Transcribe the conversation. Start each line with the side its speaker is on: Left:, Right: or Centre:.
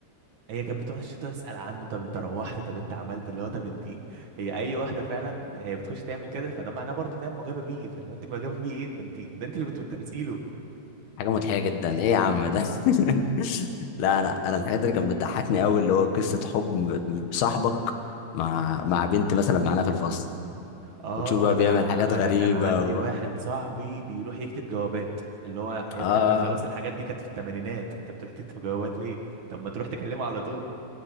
Right: هي كانت بتقعد تسال عنه طب انت روحت طب انت عملت اللي هو طب انت هي اي واحده فعلا هي بتخش تعمل كده فده معناه برضه ان هي معجبه بيه فلو انت معجبه بيه ايه ده انت ده انت اللي كنت بتدرسي له
Left: حاجه مضحكه جدا ايه يا عم ده <laughs> لا انا انا الحاجات اللي كانت بتضحكني قوي اللي هو قصه حب ب- صاحبك مع مع بنت مثلا معانا في الفصل
Right: اه
Left: وتشوف بقى
Right: انا
Left: بيعمل حاجات غريبة
Right: انا كان عندي واحد صاحبي بيروح يكتب جوابات اللي هو يا
Left: اه
Right: ابني احنا خلاص الحاجات دي كانت في الثمانينات انت بتروح تكتب جوابات ليه طب ما تروح تكلمها على طول